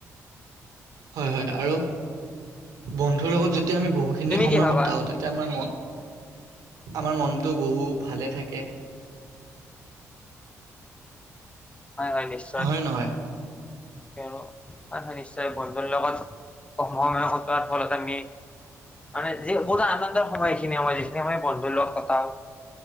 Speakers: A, on the right; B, on the left.
A: হয় হয় আৰু বন্ধুৰ লগত যেতিয়া আমি বহুতখিনি
B: তুমি
A: সময়
B: কি ভাবা?
A: কটাও তেতি তিয়া আমাৰ মন, আমাৰ মনটো বহু ভালে থাকে।
B: হয় হয় নিশ্চ
A: হয় নহয়?
B: কিয়নো হয় হয় নিশ্চয় বন্ধুৰ লগত কম সময় কটোৱাৰ ফলত আমি মানে যি বহুতো আনন্দৰ সময় এইখিনি সময় যিখিনি সময় বন্ধুৰ লগত কটাও